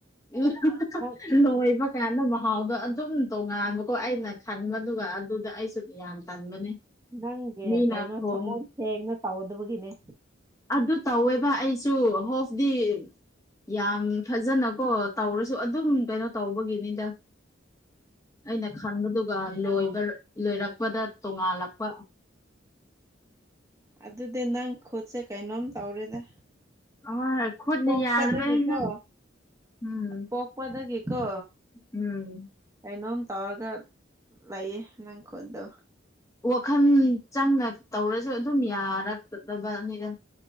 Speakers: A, on the left; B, on the right.
A: <unintelligible>
B: ꯅꯪ
A: ꯂꯣꯏꯕꯀꯥꯟꯗ ꯃꯥ ꯃꯍꯥꯎꯗꯣ ꯑꯗꯨꯝ ꯇꯣꯉꯥꯟꯕꯀꯣ ꯑꯩꯅ ꯈꯟꯕꯗꯨꯒ ꯑꯗꯨꯗ ꯑꯩꯁꯨ ꯌꯥꯝ ꯇꯟꯕꯅꯦ
B: ꯅꯪꯒꯤ
A: ꯃꯤꯅ
B: ꯀꯩꯅꯣ
A: ꯊꯣꯡ
B: ꯊꯃꯣꯏ ꯁꯦꯡꯅ ꯇꯧꯗꯕꯒꯤꯅꯦ
A: ꯑꯗꯨ ꯇꯧꯋꯦꯕ ꯑꯩꯁꯨ ꯍꯣꯞꯗꯤ ꯌꯥꯝ ꯐꯖꯅꯀꯣ ꯇꯧꯔꯁꯨ ꯑꯗꯨꯝ ꯀꯩꯅꯣ ꯇꯧꯕꯒꯤꯅꯤꯗ ꯑꯩꯅ ꯈꯟꯕꯗꯨ ꯗꯨꯒ ꯂꯣꯏꯕ ꯂꯣꯏꯔꯛꯄꯗ ꯇꯣꯉꯥꯜꯂꯛꯄ
B: ꯑꯗꯨꯗꯤ ꯅꯪ ꯈꯨꯠꯁꯦ ꯀꯩꯅꯣꯝ ꯇꯧꯔ‌ꯦꯗ
A: ꯍꯣꯏ ꯈꯨꯠꯅ
B: ꯄꯣꯛꯄꯗꯒꯤꯀꯣ
A: ꯌꯥꯗꯕꯅꯤꯅ ꯎꯝ
B: ꯄ‌ꯣꯛꯄꯗꯒꯤꯀꯣ
A: ꯎꯝ
B: ꯀꯩꯅꯣꯝ ꯇꯧꯔꯒ ꯂꯩꯌꯦ ꯅꯪ ꯈꯨꯠꯗ‌ꯣ
A: ꯋꯥꯈꯜ ꯆꯪꯅ ꯇꯧꯔꯁꯨ ꯑꯗꯨꯝ ꯌꯥꯔꯛꯇ ꯇꯕꯅꯤꯗ